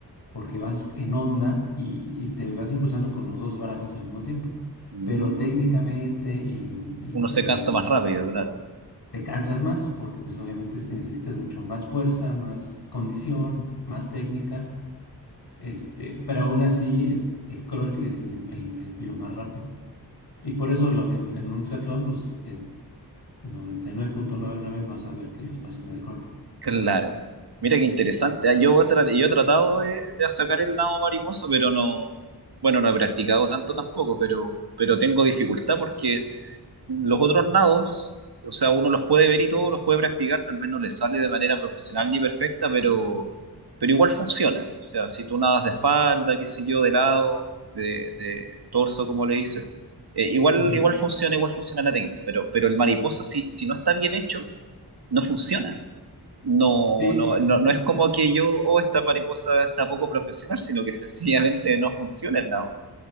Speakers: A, on the left; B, on the right.
A: porque vas en onda y, y te vas impulsando con los dos brazos al mismo tiempo.
B: Mm,
A: Pero técnicamente y, y-
B: uno se cansa más
A: y
B: rápido, claro.
A: te cansas más, porque pues obviamente este, necesitas mucho más fuerza, más condición, más técnica, este, pero aún así es, el crawl sigue siendo el, el- el estilo más rápido. Y por eso lo- en, en un triatlón, pues el nueve punto noventa y nueve vas a ver que lo está haciendo de crawl.
B: Claro. Mira qué interesante. ah, Yo, tra- yo he tratado de, de sacar el lado mariposa, pero no, bueno, no he practicado tanto tampoco, pero, pero tengo dificultad porque Los otros nados, o sea, uno los puede ver y todos los puede practicar, tal vez no les sale de manera profesional ni perfecta, pero, pero igual funciona. O sea, si tú nadas de espalda, qué sé yo, de lado, de, de torso, como le dices, eh, igual,
A: Ujú.
B: igual funciona, igual funciona la técnica, pero, pero el mariposa, si, si no está bien hecho, no funciona. No,
A: Sí,
B: no,
A: eh,
B: no, no
A: eh,
B: es como que yo, oh, esta mariposa está poco profesional, sino que sencillamente no funciona el nado.